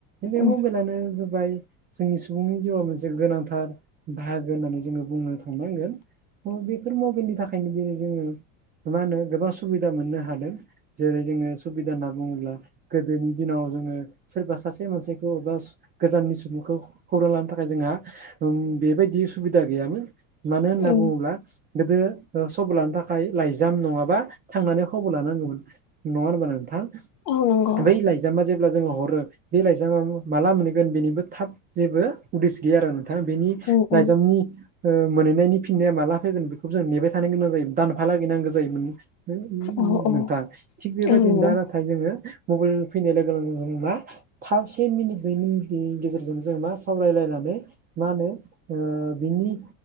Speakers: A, on the right (about 25°); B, on the left (about 40°).
A: बे
B: उम
A: मबाइलानो बाय जोंनि सुबुंनि जिउआव मोनसे गोनांथार बाहागो होननानै जोङो बुंनो थांनांगोन त' बेफोर मबाइलनि थाखायनो दिनै जोङो मा होनो गोबां सुबिदा मोननो हादों जेरै जोङो सुबिदा होनना बुङोब्ला गोदोनि दिनाव जोङो सोरबा सासे मानसै खौ एबा स गोजाननि सुबुंखौ खौरां लानो थाखाय जोंङा ओम बेबायदि सुबिदा गैयामोन मानो होनना
B: उम
A: बुङोब्ला गोदो सबर लानो थाखाय लाइजाम नङाबा थांनानै खबर लानांगौमोन नङा होनबा नोंथां
B: औ नोंगौ
A: बै लाइजामा जेब्ला जोङो हरो बे लाइजामा माला मोनैगोन बेनिबो थाब जेबो उदिस गैया आरो नोंथा बेनि
B: उम
A: लाइजामनि
B: उम
A: ओ मोनहैनायनि फिननाया माला फैगोन बेखौबो जों नेबाय थानो गोनां जायो दानफायालागै नांगौ जायोमोन उम उम
B: औ
A: उम
B: औ
A: नोंथां थिग बेबायदि
B: औ नंगौ
A: दा नाथा थाय जोङो मबाइल फैनाय लोगो लोगो जों मा थाम से मिनिट नै मिनिटनि गेजेरजों जों मा सावरायलायनानै मा होनो ओ बिनि